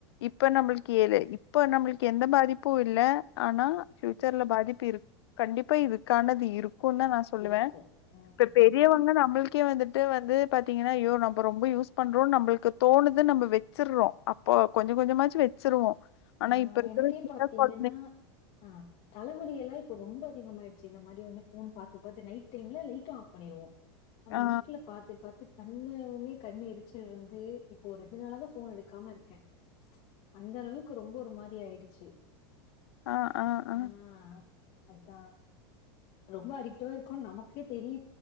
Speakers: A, on the left (about 80°); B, on the left (about 45°).
A: இப்ப நம்மளுக்கு ஏ இப்ப நம்மளுக்கு எந்த பாதிப் இல்ல ஆனா ஃபியூச்சர்ல பாதிப்பு இரு கண்டிப்பா இருக்கணது இருக்கும் இருக்கு தான் நான் சொல்லுவேன்
B: இருக்கு ம்
A: இப்ப பெரியவங்க நம்மளுக் கே வந்துட்டு வந்து பாத்தீங்கன்னா ஐயோ நம்ம ரொம்ப யூஸ் பண்றோம் நம்மளுக்கு தோணுது நம்ம வச்சடுறோம் அப்போ கொஞ்சம் கொஞ்சமாச்சு வச்சிருவோம் ஆனா
B: ஆ
A: இப்ப இருக்கிற
B: எனக்கே
A: சின்ன
B: பாத்தீங்கன்னா
A: கொழந்தைங்க
B: ஆஹ் தலைவலி எல்லாம் இப்ப ரொம்ப அதிகமாயிடுச்சு இந்த மாரி வந்து போன் பார்த்த பார்த்த நைட் டைம்ல லைடும் ஆஃப் பண்ணிருவோம் அந்த
A: ஆ
B: இருட்டுல பாத்து பாத்து கண்ணுமே கண்ணு எரிச்சல் வந்து இப்போ ரெண்டு நாளாதான் போன் எடுக்காம இருக்கேன் அந்தருவு ரொம்ப ஒரு மாரி ஆயிடுச்சு
A: ஆஹ் ஆஹ் ஆஹ்
B: ஆ அதான் ரொம்ப அடிக்டவா இருக்கும் நமக்கே தெரிய